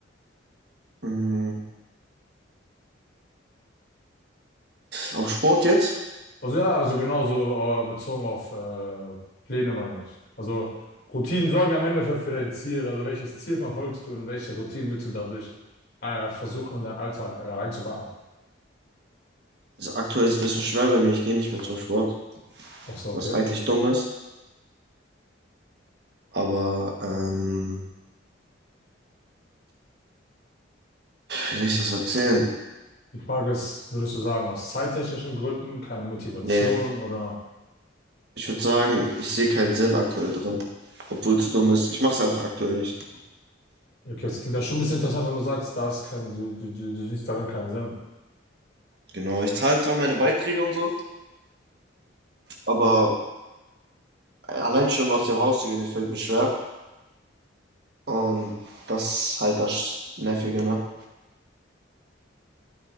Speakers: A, on the right; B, on the left.
A: Mhm. Auf Sport jetzt?
B: Also ja, also genauso äh, bezogen auf äh, Pläne meine ich. Also Routinen sorgen am Ende für, für dein Ziel. Also welches Ziel verfolgst du und welche Routinen willst du dadurch äh, versuchen, in deinen Alltag äh, reinzubauen?
A: Also aktuell ist es ein bisschen schwer bei mir, ich gehe nicht mehr zum Sport,
B: Ach so, okay.
A: was eigentlich dumm ist. Aber, ähm, wie soll ich das erzählen?
B: Die Frage ist, würdest du sagen, aus zeittechnischen Gründen keine Motivation
A: Nee,
B: oder
A: ich würde sagen, ich sehe keinen Sinn aktuell drin, obwohl es dumm ist. Ich mache es einfach aktuell nicht.
B: Okay, das klingt ja schon ein bisschen interessant, wenn du sagst, da ist kein, du, du, du, du siehst darin keinen Sinn.
A: Genau, ich zahle zwar meine Beiträge und so, aber allein schon aus dem Haus zu gehen, das fällt mir schwer. Und das ist halt das Nervige, ne?